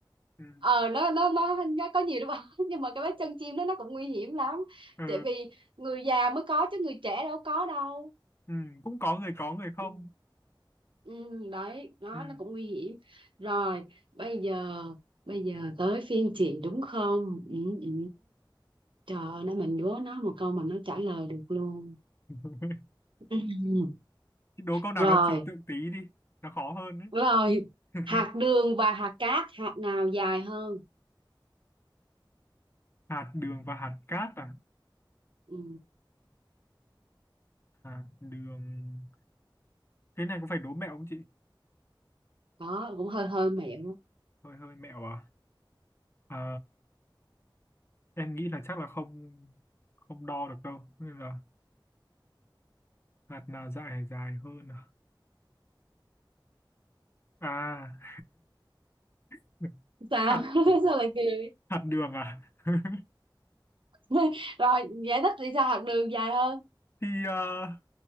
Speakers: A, on the left (about 30°); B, on the right (about 80°).
A: ừ.
B: ờ nó nó nó nó có nhiều đúng không <laughs> nhưng mà cái vết chân chim đó nó cũng nguy hiểm lắm
A: Ừ.
B: tại vì người già mới có chứ người trẻ đâu có đâu
A: ừ, cũng có người có người không
B: ừ, Ừ, đấy nó
A: ừ.
B: nó cũng nguy hiểm rồi bây giờ bây giờ tới phiên chị đúng không ừ, ừ. trời ơi nãy mình đố nó một câu mà nó trả lời được luôn
A: <laughs>
B: ừ. <laughs>
A: đố câu nào
B: rồi
A: nó trừu tượng tí đi nó khó hơn đấy
B: rồi
A: <laughs>
B: hạt đường và hạt cát hạt nào dài hơn
A: hạt đường và hạt cát à
B: ừ.
A: hạt đường cái này có phải đố mẹo không chị
B: đó cũng hơi hơi mẹo
A: hơi hơi mẹo à Ờ, em nghĩ là chắc là không không đo được đâu nên là hạt nào dài dài hơn à, à <laughs>
B: đó
A: hạt
B: sao <laughs> sao lại cười
A: hạt đường à <laughs>
B: <laughs> rồi giải thích đi sao học đường dài hơn
A: thì ờ,